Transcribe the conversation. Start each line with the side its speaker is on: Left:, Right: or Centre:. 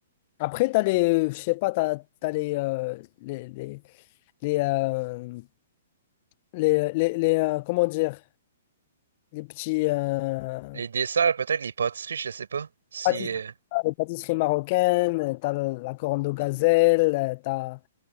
Left: Après, t'as les, euh, je sais pas, t'as, t'as les, euh, les, les, les, euh, les, euh, les- les, euh, comment dire, les petits euh,
Right: Les desserts, peut-être les pâtisseries, je sais pas. Si
Left: pâtisseries,
Right: euh,
Left: les pâtisseries marocaines, t'as le- la corne de gazelle, euh, t'as,